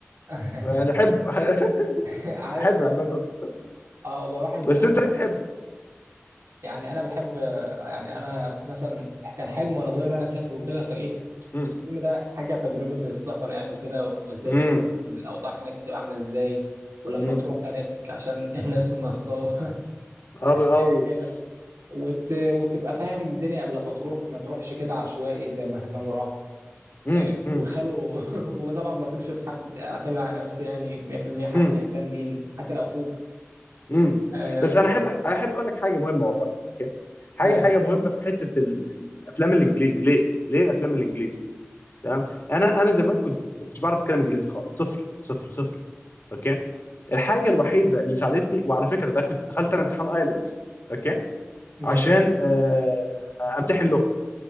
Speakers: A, on the right (about 80°); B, on the left (about 50°).
A: <laughs>
B: يعني احبه <laughs>
A: عارف
B: احب امام فمستر
A: اه والله واحد بيحب
B: بس انت ليه بتحبه
A: يعني انا بحب آه، يعني انا مثلا كان حلم وانا صغير انا اسافر وكده فايه
B: امم
A: الفيلم ده حاجه تجربه السفر يعني وكده وازاي
B: امم
A: بيسافر والاوضاع هناك بتبقى عامله ازاي ولما
B: امم
A: تروح هناك عشان الناس النصابه
B: اه ب- آه،
A: <laughs>
B: أوف
A: كده وت... وتبقى فاهم الدنيا قبل ما تروح ما تروحش كده عشوائي زي ما همام راح
B: امم امم
A: وخاله هو طبعا <laughs> ما بثقش في حد اعتمد على نفسي يعني 100% حتى
B: امم
A: ان كان مين حتى لو اخوك
B: امم
A: آه
B: بس
A: ف...
B: انا احب احب اقول لك حاجه مهمه والله أوكي؟ حاجه
A: ايوه
B: حاجه مهمه في حته ال- الافلام الانجليزي ليه ليه الافلام الانجليزي تمام انا انا زمان كنت ما كنتش بعرف اتكلم انجليزي خالص صفر صفر صفر اوكي الحاجه الوحيده اللي ساعدتني وعلى فكره ده كنت دخلت انا امتحان ايلتس اوكي
A: جميل
B: عشان آه، امتحن لغه